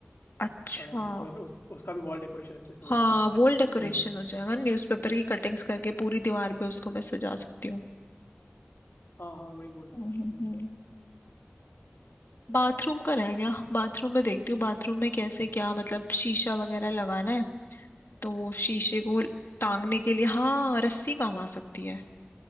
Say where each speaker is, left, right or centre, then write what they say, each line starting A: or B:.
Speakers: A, on the left; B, on the left.
A: अच्छा
B: बड़ा सा तो है ना, उस उसका भी वॉल डेकोरेशन अच्छे से हो
A: हाँ
B: जाता है हम्म,
A: वॉल डेकोरेशन हो जाएगा न्यूज़पेपर की कटिंग्स करके पूरी दीवार पे उसको मैं सजा सकती हूँ
B: हाँ हाँ वही बोल रहा
A: हम्म
B: था
A: हम्म
B: हम्म,
A: हम्म। बाथरूम का रह गया बाथरूम में देखती हूँ बाथरूम में कैसे क्या मतलब शीशा वगैरह लगाना है तो शीशे को टांगने के लिए हाँ रस्सी काम आ सकती है